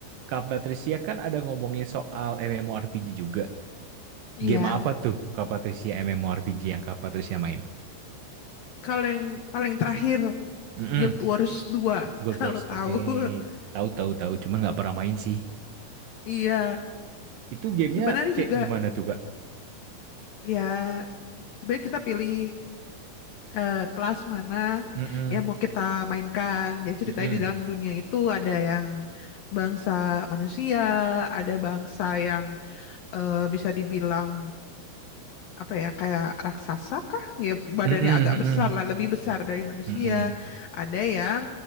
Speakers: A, on the right; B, on the left.
A: Kak Patricia kan ada ngomongin soal MMORPG juga.
B: iya
A: Game apa tuh Kak Patricia MMORPG yang Kak Patricia main?
B: kalau yang paling terakhir
A: Mm-mm.
B: Guild Wars 2
A: Guild
B: kalau
A: Wars.
B: tahu.
A: Oke,
B: <laughs>
A: Tahu tahu tahu, cuman nggak pernah main sih.
B: Iya,
A: Itu gamenya
B: sebenarnya
A: kayak
B: juga
A: gimana tuh, Kak?
B: ya sebenarnya kita pilih eh, kelas mana
A: Mm-mm.
B: yang mau kita mainkan. Jadi ceritanya
A: Mm-mm.
B: di dalam dunia itu ada yang bangsa manusia, ada bangsa yang eh, bisa dibilang apa ya kayak raksasa kah? Ya badannya
A: Mm-mm.
B: agak
A: Mm-mm.
B: besar lah, lebih besar dari manusia.
A: Mm-mm.
B: Ada yang